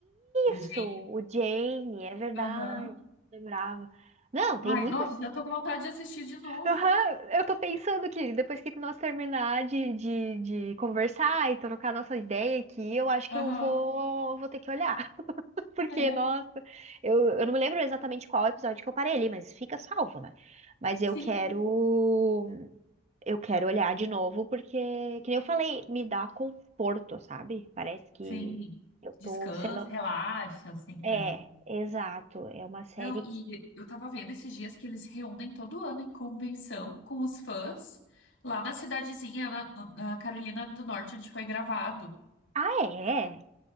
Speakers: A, on the left; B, on the right.
A: o
B: Isso,
A: Jay.
B: o Jamie, é verdade,
A: Aham.
B: lembrava. Não, tem
A: Ai,
B: muitas
A: nossa, já tô com vontade de assistir de novo.
B: Aham, eu tô pensando que depois que nós terminar de, de, de conversar e trocar nossa ideia aqui, eu acho
A: Aham.
B: que eu vou, vou ter que olhar. <laughs> Porque,
A: É,
B: nossa, eu, eu não me lembro exatamente qual episódio que eu parei ali, mas fica salvo, né? Mas
A: sim.
B: eu quero, eu quero olhar de novo, porque, que nem eu falei, me dá conforto, sabe? Parece que
A: Sim.
B: eu tô
A: Descansa,
B: sendo.
A: relaxa, assim, né?
B: É, exato. É uma série
A: Não, e
B: que.
A: eu tava vendo esses dias que eles reúnem todo ano em convenção com os fãs lá na cidadezinha, na, na Carolina do Norte, onde foi gravado.
B: Ah, é?